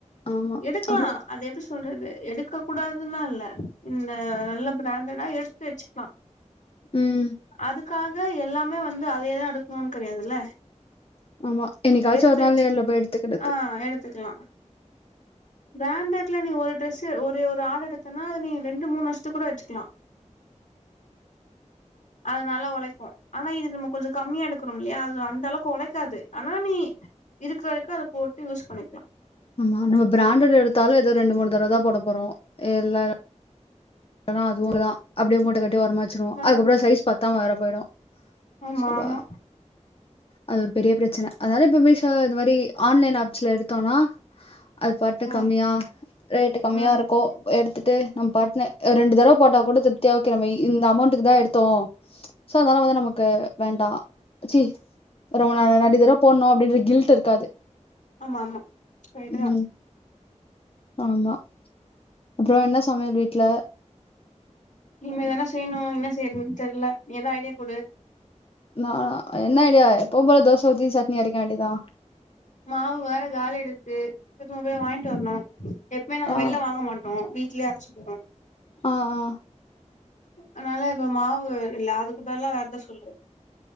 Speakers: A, on the left (about 50°); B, on the left (about 80°).
A: ஆமா
B: எடுக்குலா
A: அப்றோ
B: அது எப்டி ஸ் சொல்றது எடுக்கக்கூடாதுலா இல்ல இந்த நல்ல ப்ராண்டடா எடுத்து வச்சுக்லா
A: ம்
B: அதுக்காக எல்லாமே வந்து அதையதா எடுக்கணுனு கிடையாதுல்ல
A: ஆமா என்னைக்காச்சு
B: எடுத்து
A: ஒரு நாள்
B: வச்சு
A: நேர்ல போய் எடுத்துக்கிறது
B: ஆ எடுத்துக்கலா பிராண்டட்ல நீ ஒரு டிரெஸ் ஒரு ஒரு ஆர்டர் எடுத்தன்னா அது நீ ரெண்டு மூணு வருஷத்துக்கு கூட வச்சுக்கலா அது நல்லா உழைக்கும் ஆனா இது நம்ம கொஞ்ச கம்மியா எடுக்கரோ இல்லையா அது அந்த அளவுக்கு உழைக்காது ஆனா நீ இருக்குற வரைக்கு அதை போட்டு யூஸ் பண்ணிக்கலா
A: ஆமா நம்ம பிராண்டட் எடுத்தாலு ஏதோ ரெண்டு மூணு தடவதான் போட போறோம் எல்ல அதாம் அதுவும்தான் அப்படியே மூட்ட கட்டி ஓரமாவச்சுருவோ
B: ம்
A: அதுக்கப்புறம் சைஸ் பத்தாம வேற போயிடு
B: ஆமா
A: சபா
B: ஆமா
A: அது ஒரு பெரிய பிரச்சனை அதனால இப்ப மீஷோ இது மாரி ஆன்லைன் ஆப்ஸ்ல எடுத்தோனா அது பாட்டுக்கு
B: ம்
A: கம்மியா ரேட்டு கம்மியாக
B: ம்
A: இருக்கோ எடுத்துட்டு நம்ம பாட்டுனு ரெண்டு தடவை போட்டா கூட திருப்தியா ஓகே நம்ம இந்த அமௌண்ட்டக்கு தான் எடுத்தோ சோ அதனால வந்து நமக்கு வேண் டா ச்சி ரொம்ப நாள ரெண்டுதர போடனும் அப்படின்ற கில்ட் இருக்காது
B: ஆமா ஆமா கரட்டுதா
A: ம் ஆமா அப்புற என்ன சமையல் வீட்ல
B: இனிமேதான செய்யணு என்ன செய்யறதுன்னு தெர்ல நீ எதா ஐடியா கொடு
A: நான் என்ன ஐடியா எப்பவு போல தோசை ஊத்தி சட்னி அரைக்க வேண்டியதா
B: மாவு வேற காலி ஆய்டுத்து பக்கத்துல போய் வாங்கிட்டு வரணு எப்பவுமே நாங்க
A: ஆ
B: வெள்ல வாங்க மாட்டோ வீட்லேயே அரைச்சுப்போ
A: ஆ ஆ
B: அதனால இப்ப மாவு இல்ல அதுக்கு பதிலா வேரெதா சொல்லு